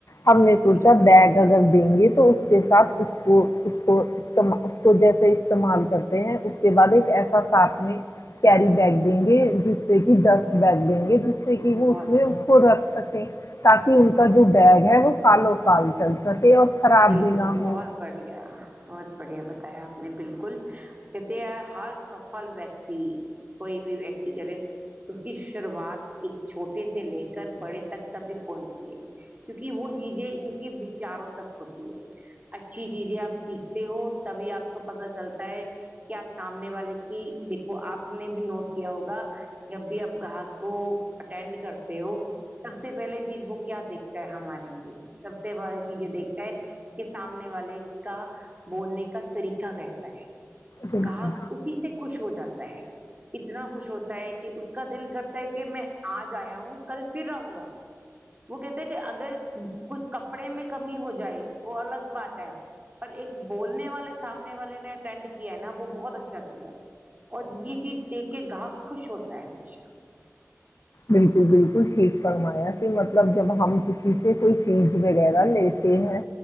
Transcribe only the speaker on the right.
بالکل
بہت
بالکل
بہت بڑھیا بہت بڑھیا بتایا آپ نے بالکل کہتے ہے ہر سفل ویکتی کوئی بھی ویکتی کرے اس کی شروعات ایک چھوٹے سے لے کر بڑے تک تبھی پہنچتی ہے کیونکہ وہ چیزیں ان کے وچاروں تک ہوتی اچھی چیزیں آپ سیکھتے ہو تبھی آپ کو پتا چلتا ہے کہ آپ سامنے والے کی دیکھو آپ نے بھی نوٹ کیا ہوگا جب بھی اب گاہک کو اٹینڈ کرتے ہو سب سے پہلے چیز وہ کیا دیکھتے ہمارے لے سب سے بڑ چیزیں دیکھ کہ سامنے والے کا بولنے کا طریقہ کہتا ہے
گاہک اسی سے خوش ہو جاتا ہے اتنا خوش ہوتا ہے کہ اس کا دل کرتا ہے کہ میں آج آیا ہوں کل پھر آؤں گا وہ کہتے کہ اگر کچھ کپڑے میں کمی ہو جائے وہ الگ بات ہے پر ایک بولنے والے سامنے والے نے اٹینٹ کیا ہے نا وہ بہت اچھا کیا اور یہ چیز دیکھ کے گاہک خوش ہوتا ہے ہمیشہ